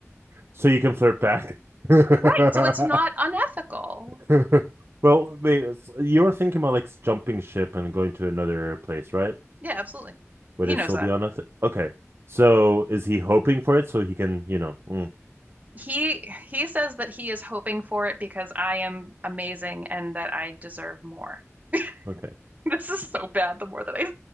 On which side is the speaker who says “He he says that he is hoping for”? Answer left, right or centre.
Right